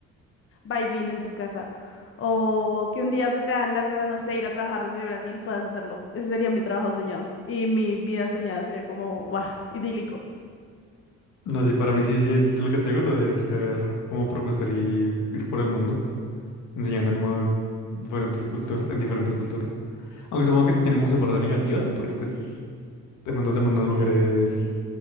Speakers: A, on the left; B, on the left.
A: va y viene en tu casa. O que un día se te dan las ganas, no sé, ir a trabajar desde Brasil, puedas hacerlo. Ese sería mi trabajo soñado. Y mi vida soñada sería como, wow, idílico.
B: No, sí, para mí sí, sí es lo que te digo, lo de ser como profesor y ir por el mundo, enseñando como diferentes culturas, en diferentes culturas. Aunque supongo que tienen como su parte negativa, porque pues de pronto te mandan a lugares